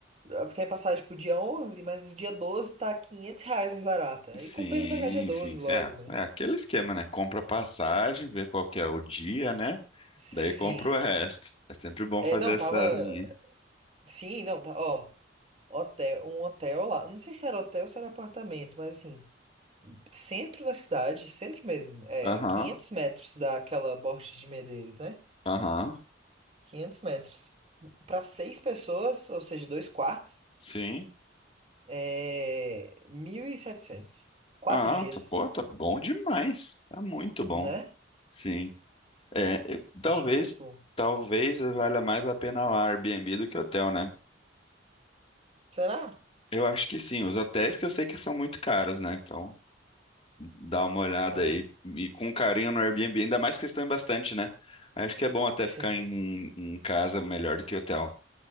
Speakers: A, on the right; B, on the left.
A: ah, tem passagem pro dia 11, mas o dia 12 tá 500 reais mais barata. Aí
B: Sim,
A: compensa pegar dia 12
B: sim, sim.
A: logo, né?
B: É, é aquele esquema, né? Compra passagem, vê qual que é o dia, né?
A: Sim.
B: Daí compra o resto. É sempre bom
A: É,
B: fazer
A: não,
B: essa
A: tava.
B: linha.
A: Sim, não, tá. Ó, hotel, um hotel lá. Não sei se era hotel ou se era apartamento, mas assim. Centro da cidade, centro mesmo, é
B: Aham,
A: 500 metros daquela Borges de Medeiros, né?
B: aham,
A: quinhentos metros. Para seis pessoas, ou seja, dois quartos,
B: sim.
A: é mil e setecentos Quatro
B: Ah,
A: dias,
B: tá, pô, tá bom demais. Tá muito bom.
A: né?
B: Sim. É, eu- talvez,
A: Achei um preço bom.
B: talvez valha mais a pena lá Airbnb do que hotel, né?
A: Será?
B: Eu acho que sim. Os hotéis que eu sei que são muito caros, né? Então, dá uma olhada
A: Ah,
B: aí e com carinho no Airbnb, ainda mais que eles estão em bastante, né? Acho que é bom até
A: sim.
B: ficar em, um, em casa melhor do que hotel.